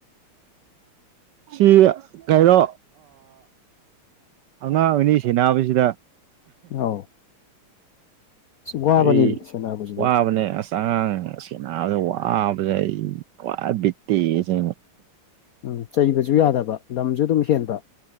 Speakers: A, on the right (about 70°); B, on the left (about 80°).
A: ꯁꯤ ꯀꯩꯅꯣ ꯑꯉꯥꯡ ꯑꯣꯏꯅꯤ ꯁꯦꯟꯅꯕꯁꯤꯗ
B: ꯑꯥꯎ ꯋꯥꯕꯅꯤꯅꯦ
A: ꯑꯩ
B: ꯁꯦꯟꯅꯕꯁꯤꯗꯤ
A: ꯋꯥ ꯃꯅꯦ ꯑꯁ ꯆꯉꯥꯡ ꯁꯦꯕꯗ ꯋꯥꯕꯁꯦ ꯑꯩ ꯈ꯭ꯋꯥꯏꯕꯤꯠꯇꯦꯁ
B: ꯎꯝ ꯆꯩꯕꯁꯨ ꯌꯥꯗꯕ ꯂꯝꯁꯨ ꯑꯗꯨꯝ ꯍꯦꯟꯕ